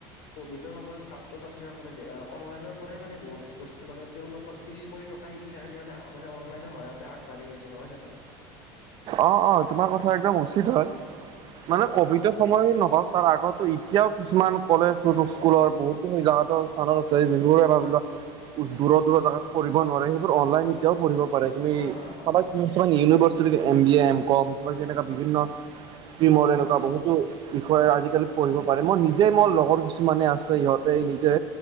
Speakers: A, on the left; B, on the right.
A: ক'ভিডৰ সময়ত ছাত্ৰ ছাত্ৰীসকলে যে অনলাইনৰ পৰাই মানে বহুত বস্তু মানে তেওঁলোকৰ পিছ পৰি থকা শিক্ষাখিনি মানে মানে অনলাইনৰ সহায়তে আগবাঢ়ি গৈছে নহয় জানো? <inaudible>
B: অ অ তোমাৰ কথা একদম উচিত হয় মানে
A: অ
B: ক'ভিড
A: অ
B: এতিয়াৰ সময় নকওক তাৰ আগতো এতিয়াও কিছুমান কলেজ স্কু স্কুলৰ
A: অ
B: বহুতো জাগাতো স্থানত আছে যিবোৰে ভাবিলোৱা দূৰ দূৰ জাগাত পঢ়িব নোৱাৰে সেইবোৰ অনলাইন এতিয়াও পঢ়িব পাৰে তুমি
A: হয় হয় হয়
B: চাবা
A: হয়
B: কিছুমান university M B A M কম কিবা কিবি এনেকুৱা বিভিন্ন ষ্ট্ৰীমৰ
A: হয়
B: এনেকুৱা
A: হয়
B: বহুতো বিষয়ে আজিকালি পঢ়িব পাৰে মই নিজে মোৰ লগৰ কিছুমানে আছে সিহঁতে নিজে